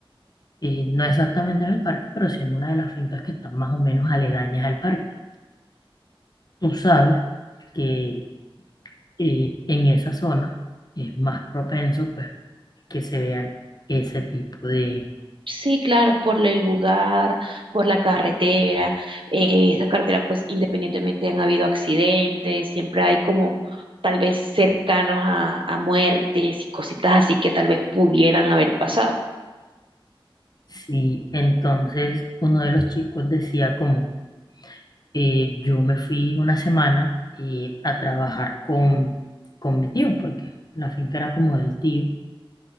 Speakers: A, on the left; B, on the right.
A: Eh, no exactamente en el parque, pero sí en una de las fincas que están más o menos aledañas al parque. Tú sabes que eh, en esa zona es más propenso, pues, que se vean ese tipo de...
B: Sí, claro, por el lugar, por la carretera. Eh, esa carretera, pues independientemente han habido accidentes, siempre hay como tal vez cercanos a, a muertes y cositas así que tal vez pudieran haber pasado.
A: Sí, entonces uno de los chicos decía como eh, yo me fui una semana eh, a trabajar con, con mi tío, porque la finca era como del tío.